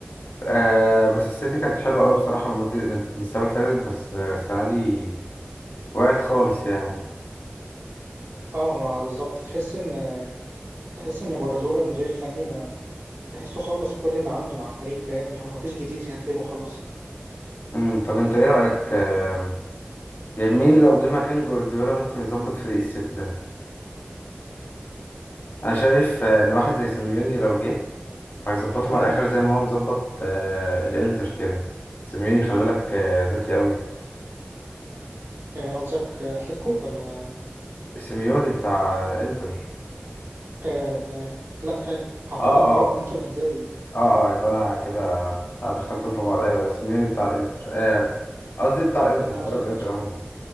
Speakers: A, on the left; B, on the right.
A: آه بس السيتي كانت حلوه قوي بصراحه المده من من السنه اللي فاتت بس آه، السنه دي وقعت خالص يعني
B: اه ما بالظبط تحس ان تحس ان جوارديولا المدير الفني ما تحسه خلص كل اللي عنده مع الفريق فاهم اللي هو مفيش جديد يقدمه خلاص
A: امم طب انت ايه رايك آه يعني مين لو جه مكان جوارديولا ممكن يظبط فريق السيتي ده انا شايف آه، ان واحد زي سيميوني لو جه هيظبطهم
B: مم.
A: على الاخر زي ما هو مظبط آه، الانتر كده سيميوني خلي بالك آه، ذكي قوي
B: آه، قصدك آه، اتلتيكو ولا
A: سيميوني بتاع انتر
B: آه، آه، لا آه، اعتقد
A: اه
B: مدرب
A: اه
B: انتر انزاجي
A: اه اه يبقى انا كده أنا دخلتهم في بعض ايوه سيميوني بتاع الانتر آه، قصدي بتاع الانتر
B: بتاع
A: مدرب
B: اتلتيكو
A: الانتر عموما